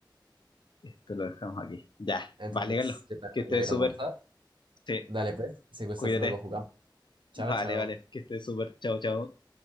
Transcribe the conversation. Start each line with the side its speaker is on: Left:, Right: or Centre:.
Left: Esto lo dejamos aquí. Ya,
Right: Entonces,
Left: vale, Carlos.
Right: yo también
Left: Que estés
Right: me voy a ir
Left: súper.
Right: a almorzar.
Left: Sí,
Right: Dale, pues, si gustas,
Left: cuídate.
Right: luego jugamos. Chao,
Left: Vale,
Right: chao.
Left: vale. Que estés súper. Chao, chao.